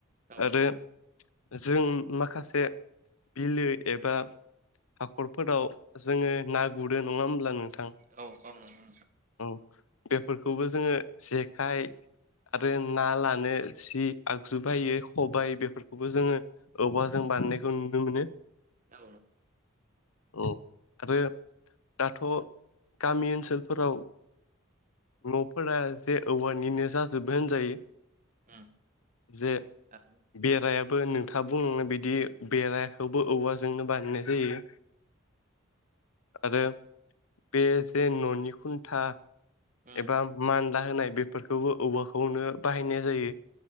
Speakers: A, on the right (about 40°); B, on the left (about 85°).
A: औ
B: आरो
A: नंगौ
B: जों माखासे बिलो एबा हाखरफोराव जोङो ना गुरो नङा होनब्ला नों थां
A: औ औ नंगौ
B: औ बेफोरखौबो जोङो जेखाइ आरो ना लानो सि आगजु बायो खबायाइ बेफोरखौबो जोङो औवा जों बानायनायखौ नुनो मोनो।
A: औ।
B: औ। आरो दाथ' गामि ओनसोलफोराव न'फोरा एसे औवानिनो जाजोबो होनजायो।
A: उम
B: जे
A: थारैनो
B: बेराया बो नोंथाङा बुंलांनाय बिदि बेराखौबो औवा जोंनो बानायनाय जायो। आरो बे जे न'नि खुन्था
A: उम
B: एबा मान लाहोनाय बेफोरखौबो औवबाखौनो बाहायनाय जायो।